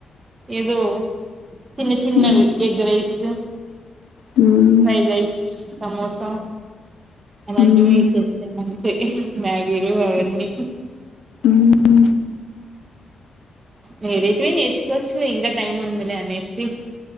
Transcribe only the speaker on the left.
హ్మ్
హ్మ్
హ్మ్
ఉ